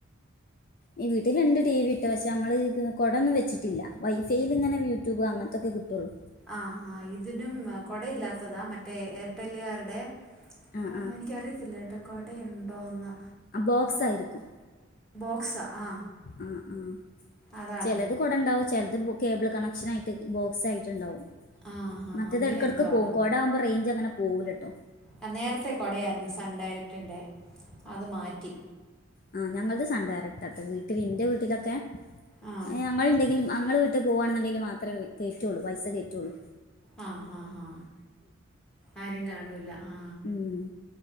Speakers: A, on the left; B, in the centre.
A: ഈ വീട്ടില്ണ്ട് ടി വി പക്ഷെ നമ്മള് കോടൊന്നും വെച്ചിട്ടില്ല വൈഫൈയില് ഇങ്ങനെ യൂട്യൂബ് അങ്ങൻത്തൊക്കെ കിട്ടോള്ളൂ
B: ആ ആ ഇതിനും കൊടയില്ലാത്തതാ മറ്റേ എയർടെല്ല്കാര്ടെ
A: ആഹ്
B: ആ
A: ആഹ്
B: എനിക്കറിയത്തില്ല കെട്ടോ കൊടെഴുണ്ടോന്ന്
A: അ ബോക്സായിരിക്കും
B: ബോക്സ ആ
A: ആ ആ
B: അതാണ്
A: ചെലത് കൊടെണ്ടാവും ചെൽത് കേബിൾ കണക്ഷനായിട്ട് ബോക്സ് ആയിട്ട് ഇണ്ടാവും
B: ആ ഹാ
A: മറ്റത്
B: അങ്ങനെ
A: എട്ക്കെട്ക്ക്
B: എന്തോ
A: പോവും
B: ആണ്
A: കൊടാവുമ്പ റൈഞ്ച് അങ്ങനെ പോവൂലട്ടോ
B: ആ നേരത്തേ കൊടയായ്ര്ന്നു സൺ ഡയറക്റ്റിൻ്റെ അത് മാറ്റി
A: ആ ഞങ്ങൾത് സൺ ഡയറക്റ്റാ ട്ടോ വീട്ടില് ഇൻ്റെ വീട്ടിലൊക്കെ
B: ആ
A: അത് ഞമ്മള്ണ്ടെങ്കില് അങള് വീട്ട് പോവ്വാണ്ന്ന്ണ്ടെങ്കില് മാത്രേ കേറ്റൊള്ളൂ പൈസ കേറ്റൊള്ളൂ
B: ആ ഹാ ഹാ ആരും കാണൂല ആ
A: ഉം